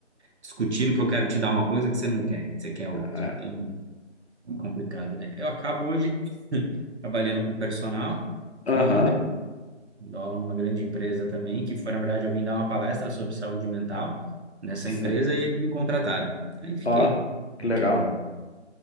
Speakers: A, on the right (about 65°); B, on the left (about 60°).
A: discutindo que eu quero te dar uma coisa que você não quer, que você quer outra.
B: É,
A: Então, é complicado, né? Eu acabo hoje <laughs> trabalhando com personal
B: Aham.
A: e dou aula numa grande empresa também, que foi, na verdade, eu vim dar uma palestra sobre saúde mental nessa
B: Sim.
A: empresa e eles me contrataram. Aí fiquei
B: Ó, que legal.
A: aqui no Rio.